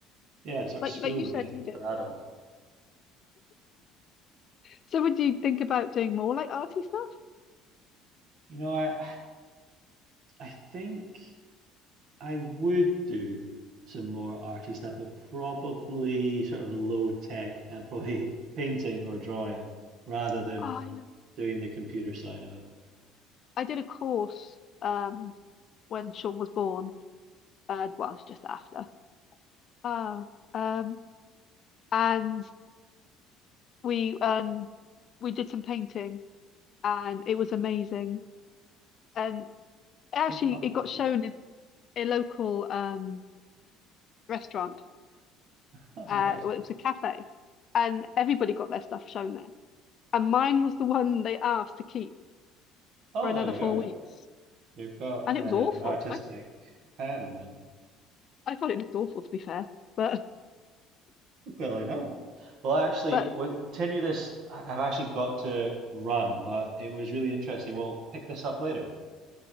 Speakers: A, on the right; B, on the left.
A: Yeah, it's sort
B: Like
A: of school
B: like you said
A: again
B: you did.
A: for adults.
B: So would you think about doing more like arty stuff?
A: You know, I I think I would do some more arty stuff, but probably sort of low tech. I'd probably <laughs> painting or drawing rather than
B: Oh, I love
A: doing the computer side of it.
B: I did a course um when Sean was born. Uh well it's just after. Oh um and we um we did some painting and it was amazing. And
A: It's
B: actually
A: good fun,
B: it
A: definitely.
B: got shown in a local um restaurant.
A: <laughs> Oh,
B: Uh
A: nice.
B: well it was a cafe and everybody got their stuff shown there. And mine was the one they asked to keep
A: Oh,
B: for another
A: there you
B: four
A: go.
B: weeks.
A: You've got
B: And
A: uh,
B: it was awful.
A: an artistic
B: I
A: hand then.
B: I thought it looked awful to be fair. But
A: Clearly not. Well, actually,
B: But
A: we'll continue this. I- I've actually got to run, but it was really interesting. We'll pick this up later.